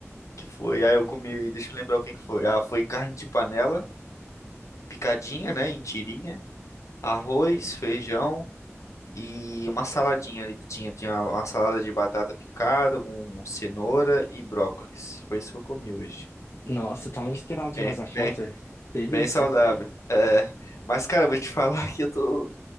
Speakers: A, on the left; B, on the left.
A: que foi, aí eu comi, deixa eu lembrar o que que foi. Ah, foi carne de panela, picadinha, né, em tirinha, arroz, feijão e uma saladinha ali que tinha, tinha uma salada de batata picada com cenoura e brócolis. Foi isso que eu comi hoje.
B: Nossa, tá me inspirado
A: Bem,
B: demais a conta.
A: bem,
B: Delícia.
A: bem saudável. É, mas cara, eu vou te <laughs> falar que eu tô,